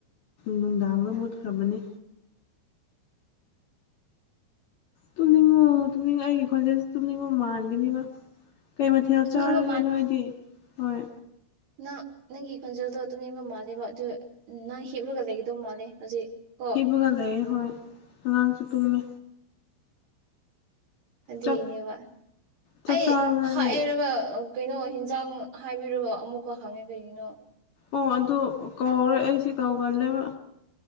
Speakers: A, on the left; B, on the right.
A: ꯅꯨꯡꯗꯥꯡꯗꯥ ꯃꯨꯠꯈ꯭ꯔꯕꯅꯤ꯫ ꯇꯨꯝꯅꯤꯡꯉꯣ ꯇꯨꯝꯅꯤꯡꯉꯥ ꯑꯩꯒꯤ ꯈꯣꯟꯖꯦꯜꯁꯤ ꯇꯨꯝꯅꯤꯡꯕꯥ ꯃꯥꯟꯒꯅꯤ ꯀꯩ ꯃꯊ°ꯟ
B: ꯇꯨꯝꯅꯤꯡꯕ
A: ꯆꯥꯔꯒꯦ ꯅꯣꯏꯗꯤ ꯍꯣꯏ
B: ꯅ ꯅꯪꯒꯤ ꯈꯣꯟꯖꯦꯜꯗꯣ ꯇꯨꯝꯅꯤꯡꯕꯥ ꯃꯥꯜꯂꯦꯕ ꯑꯗꯨꯒ ꯎꯝ ꯅꯪ ꯍꯤꯞꯂꯒ ꯂꯩꯒꯗꯧꯕ ꯃꯥꯜꯂꯦ ꯍꯧꯖꯤꯛ ꯀꯣ
A: ꯍꯤꯞꯄꯒꯥ ꯂꯩꯌ° ꯍꯣꯏ ꯑꯉꯥꯡꯁꯨ ꯇꯨꯝꯃꯤ꯫
B: ꯑꯗꯨꯒꯤꯅꯦꯕ
A: ꯆꯥꯛ ꯆꯥꯛ
B: ꯑꯩ
A: ꯆꯥꯔꯕ ꯅꯪꯗꯤ
B: ꯍꯥꯏꯔꯒꯥ꯫ ꯀꯩꯅꯣ ꯍꯤꯟꯖꯥꯡ ꯍꯥꯏꯕꯤꯔꯒ ꯑꯃꯨꯛꯀꯥ ꯍꯪꯉꯦ ꯀꯩꯒꯤꯅꯣ꯫
A: ꯑꯣꯑ ꯑꯗꯨ ꯀꯧꯔꯦ ꯑꯩꯁꯤ ꯀꯧꯒꯜꯂꯦꯕꯥ꯫